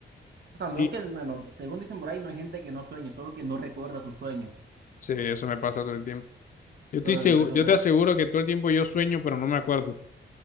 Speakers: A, on the right; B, on the left.
A: O sea, no
B: Y
A: es que, bueno, según dicen por ahí, no hay gente que no sueña, solo que no recuerda sus sueños.
B: sí, eso me pasa todo el tiempo. Yo estoy
A: Pero
B: seguro,
A: yo que tú,
B: yo te aseguro que todo el tiempo yo sueño, pero no me acuerdo.